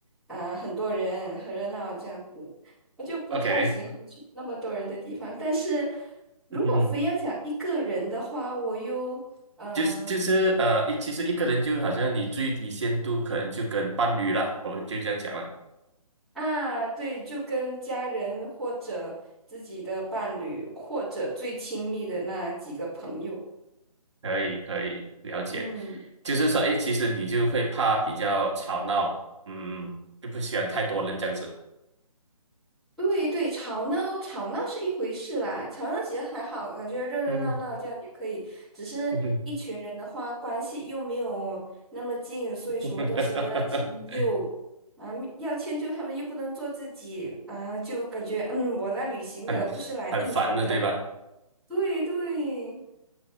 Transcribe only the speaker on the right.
，OK，
嗯哼，
就是就是呃，一其实一个人就好像你最低限度可能就跟伴侣啦，我们就这样讲了，
可以可以了解，
就是说，诶，其实你就会怕比较吵闹，嗯，就不喜欢太多人这样子。
嗯。
哼。
<laughs>
很很烦的，
对吧？